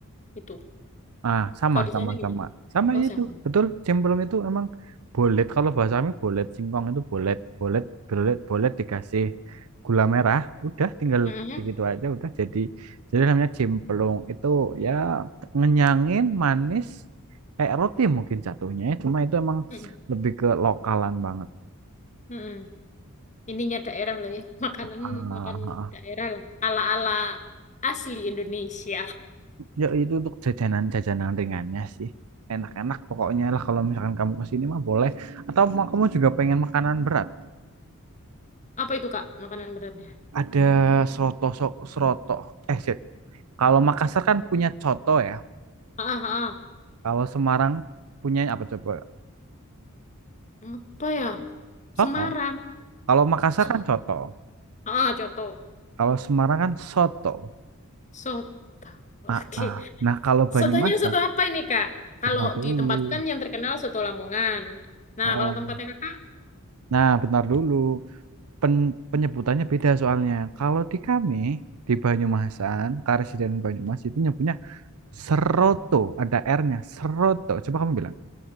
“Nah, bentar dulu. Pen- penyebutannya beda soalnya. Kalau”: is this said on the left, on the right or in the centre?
Right